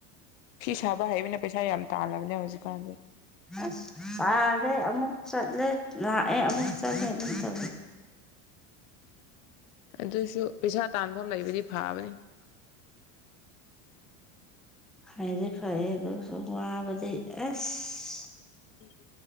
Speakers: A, on the left (about 80°); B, in the centre.
A: ꯐꯤ ꯁꯥꯕ ꯍꯩꯕꯅ ꯄꯩꯁꯥ ꯌꯥꯝ ꯇꯥꯜꯂꯕꯅꯦ ꯍꯧꯖꯤꯛꯀꯥꯟꯗꯤ
B: ꯑ ꯇꯥꯂꯦ ꯑꯃꯨꯛ ꯆꯠꯂꯦ ꯂꯥꯛꯑꯦ ꯑꯃꯨꯛ ꯆꯠꯂꯦ ꯑꯗꯨꯝ ꯇꯦ
A: ꯑꯗꯨꯁꯨ ꯄꯩꯁꯥ ꯇꯥꯟꯐꯝ ꯂꯩꯕꯗꯤ ꯐꯥꯕꯅꯤ
B: ꯍꯥꯏꯗꯤ ꯐꯩ ꯑꯗꯨꯒ ꯁ ꯋꯥꯕꯗꯤ ꯑꯁ
A: ꯎꯝ